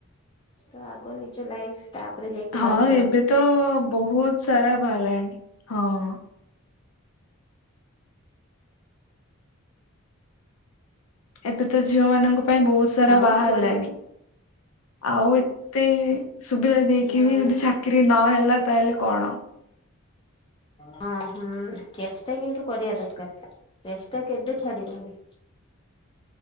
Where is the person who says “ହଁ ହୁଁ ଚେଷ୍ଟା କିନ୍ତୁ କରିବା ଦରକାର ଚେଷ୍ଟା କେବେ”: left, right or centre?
Left